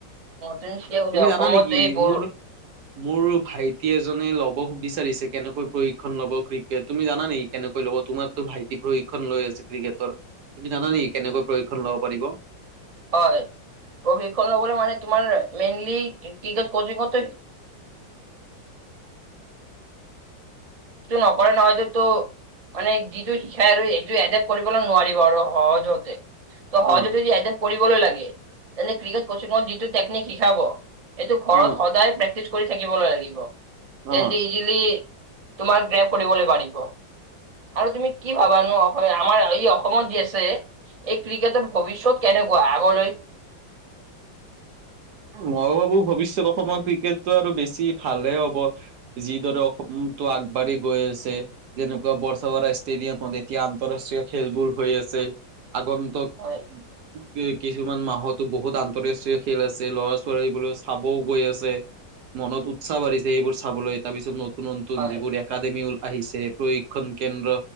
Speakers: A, on the right; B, on the right.
A: অ, তুমি ঠিকে কৈছা
B: তুমি
A: অসমত
B: জানা নেকি
A: এই বৰ
B: মোৰ মোৰ ভাইত টি এজনে ল'ব বিচাৰিছে। কেনেকৈ প্ৰশিক্ষণ লব ক্ৰিকেট। তুমি জানা নেকি কেনেকৈ লব তোমাৰতো ভাইটি প্ৰশিক্ষণ লৈ আছে ক্ৰিকেটৰ। তুমি জানা নেকি কেনেকৈ প্ৰশিক্ষণ লব পাৰিব?
A: হয় প্ৰশিক্ষণ লবলে মানে তোমাৰ মেইনলি ক্ৰিকেট কোচিংতে টো নকৰে নহয়ততো মানে যিটো শিকাই আৰু সেইটো এডেপট কৰিবলৈ নোৱাৰিব আৰু সহজ জতে। ত
B: অ
A: সহজতে যদি এদপ্ত কৰিবলৈ লাগে ক ক্ৰিকেট কোচিং ত যিটো টেকনিক শিকাব এইটো ঘৰত
B: অ
A: সদায় প্ৰেক্টিছ কৰি থাকিবই লাগিব
B: অ
A: তেন্তে ইজিলি তোমাক গ্ৰেপ কৰিবলৈ পাৰিব। আৰু তুমি কি ভাবানো আমাৰ এই অসমত যি আছে এই ক্ৰিকেটৰ ভৱিষ্যত কেনেকুৱা আগলৈ।
B: মই ভাবো ভৱিষ্যত অসমৰ ক্ৰিকেটটো আৰু বেছি ভালহে হব, যিদৰে অসমতো আগ আগবাঢ়ি গৈ আছে। যেনেকুৱা বৰ্ষাবাৰা ষ্টেডিয়ামত এতিয়া আন্তৰাষ্ট্ৰীয় খেলবোৰ হৈ আছে। আগন্তক
A: হয়
B: কি কিছুমান মাহতো বহুত আন্তৰাষ্ট্ৰীয় খেল আছে ল'ৰা বলৈ চাবও গৈ আছে, মনত উৎসাহ বাঢ়িছে এইবোৰ চাবলৈ তাৰপিছত নতু নতুন
A: হয়
B: যিবোৰ একাডেমি হ'ল আহিছে প্ৰশিক্ষণ কেন্দ্ৰ